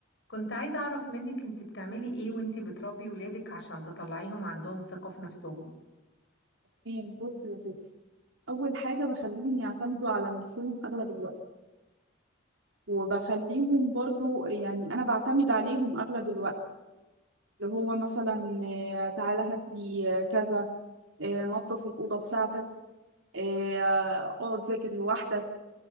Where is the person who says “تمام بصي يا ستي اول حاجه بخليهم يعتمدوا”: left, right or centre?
Right